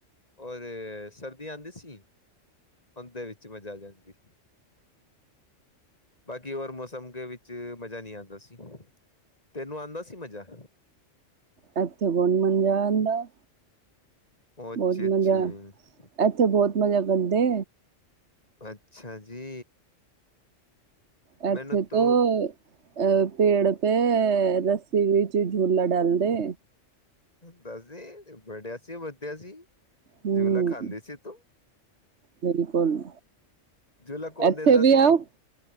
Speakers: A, on the left; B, on the right.
A: ਔਰੇ ਸਰਦੀ ਆਂਦੀ ਸੀ। ਔਦੇਂ ਵਿੱਚ ਵਜ਼ਾ ਆ ਜਾਂਦੀ। ਬਾਕੀ ਹੋਰ ਮੌਸਮ ਕੇ ਵਿੱਚ ਮਜ਼ਾ ਨੀ ਆਂਦਾ ਸੀ। ਤੈਨੂੰ ਆਂਦਾ ਸੀ ਮਜ਼ਾ।
B: ਐਥੇ ਬੋਤ ਮਂਜਾ ਆਂਦਾ।
A: ਓ ਅੱਛਾ
B: ਬੋਤ
A: ਅੱਛਾ
B: ਮਜਾ ਐਥੇ ਬੋਤ ਮਜਾ ਕਰਦੇ।
A: ਅੱਛਾ ਜੀ।
B: ਐਥੇ
A: ਮੈਨੂੰ ਤੂੰ
B: ਤੋਂ ਅ ਪੇੜ ਤੇ ਰਸੀ ਵਿੱਚ ਝੂਲਾ ਡਾਲਦੇ।
A: ਦੱਸਦੀ ਬੜਿਆ ਸੀ, ਵਧਿਆ ਸੀ,
B: ਹੂੰ
A: ਜੂਲਾ ਖਾਂਦੀ ਸੀ ਤੂੰ।
B: ਬਿਲਕੁਲ
A: ਝੂਲਾ ਕੌਨ
B: ਇੱਥੇ
A: ਦਿੰਦਾ
B: ਵੀ
A: ਸੀ ਦੀ?
B: ਆਓ